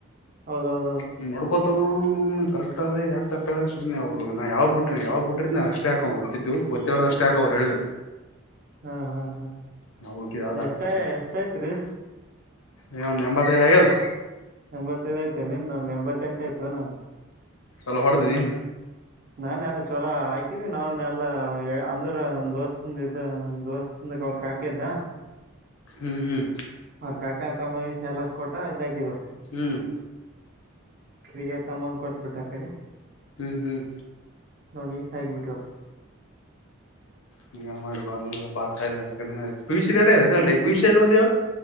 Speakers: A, on the right (about 45°); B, on the left (about 80°).
A: ಹೌದೌದೌದು
B: ನೀ ನೋಡ್ಕೊತ್. ಕರೆಕ್ಟ್ ಆದ <unintelligible> ಸುಮ್ಮನೆ ಅವರು ನಾ ಯಾವ್ ಬಿಟ್ಟ ಯಾವ್ ಬಿಟ್ರಿದ ನ ಅಷ್ಟೇ ಹಾಕೊಂಡ ಗೊತ್ತಿದ್ದು ಹೇಳಿದ್ ಅಷ್ಟೇ ಹಾಕೋ ಅವ್ರು ಹೇಳಿದ್.
A: ಹಾಂ ಹಾಂ ಹಾ.
B: ನಾವು ಹುಡುಕಿದ ಯಾವ್ದು
A: ಎಷ್ಟ
B: ಆಗ್ತಿಲ್ಲ
A: ಎಷ್ಟಯ್ತ್ರಿ
B: ಏ ಒಂದ್ ಎಂಬತೈದ ಆಗೇದೇನು
A: ಎಂಬತ್ತೈದ ಆಯ್ತು ನಿನ್ ನನ್ ಎಂಬತ್ತೆಂಟು ಆಯತು ನನ್
B: ಚಲೋ ಹೊಡದಿ ಏನ್
A: ನಾನ್ ಎಲ್ಲಾ ಚೊರ ಹಾಕಿದೀವಿ ನಾವ್ನ್ ಎಲ್ಲಾ ಅಂದ್ರ ನಮ ದೋಸ್ತ ಇದ ನಮ್ ದೋಸ್ತಂದಾಗ ಅವ್ರ ಹಾಕಿದ್ದ.
B: ಹ್ಮ್ ಹ್ಮ್
A: ಅವ್ರ ಕಾಕಾ ಅ ತಮ್ಮ <unintelligible> ಎಲ್ಲಷ ಕೊಟ್ಟಾ ಇದಕಿದೀವಿ.
B: ಹ್ಮ್
A: ಕಿಡಿಗ ತಮ್ಮನ್ ಕೊಟ್ಬಿಟ್ಟ ಆ ಕಡೆ.
B: ಹ್ಮ್ ಹ್ಮ್
A: ನೋಡಿ ಇಸಗಿ ಬಿಟ್ವ್ರೇ
B: ಹೆಂಗೆ ಮಾಡ್ ಗವರ್ನಮೆಂಟ್ದು pass P U C result, P U C ಯಲ್ ಓದೆಯಾ.